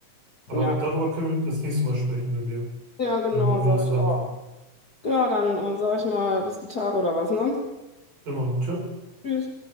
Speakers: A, on the right (about 70°); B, on the left (about 45°).
A: Aber
B: ja.
A: darüber können wir das nächste Mal sprechen, wenn wir,
B: Ja, genau,
A: wenn wir mal wieder
B: sag
A: zusammenkommen.
B: ich auch. Genau, dann äh, sag ich mal, bis die Tage oder was, ne?
A: Genau. Tschö.
B: Tschüss.